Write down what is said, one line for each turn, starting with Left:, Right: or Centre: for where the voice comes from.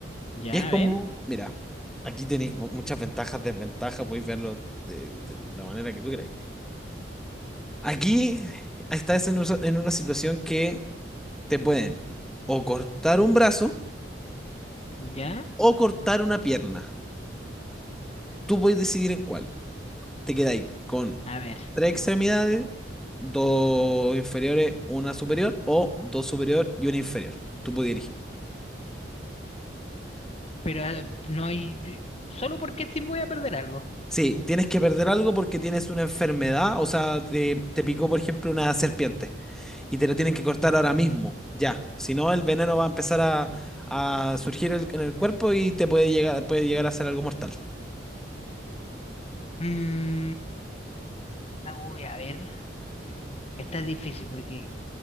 Left: Ya,
Centre: Y es como,
Left: a ver,
Centre: mira, aquí tenéis mu- muchas ventajas, desventajas, podéis verlo de, de la manera que tú queráis. Aquí estás en, usa- en una situación que te pueden o cortar un brazo
Left: ya,
Centre: o cortar una pierna. Tú podéis decidir en cuál. Te quedáis con
Left: a ver.
Centre: tres extremidades, dos inferiores, una superior o dos superior y una inferior. Tú podías elegir.
Left: Pero eh, no hay... Solo porque sí voy a perder algo.
Centre: Sí, tienes que perder algo porque tienes una enfermedad, o sea, te, te picó, por ejemplo, una serpiente. y te lo tienen que cortar ahora mismo, ya. Si no, el veneno va a empezar a, a surgir el- en el cuerpo y te puede llegar, puede llegar a ser algo mortal.
Left: Mm, ah, uy, a ver. Esta es difícil porque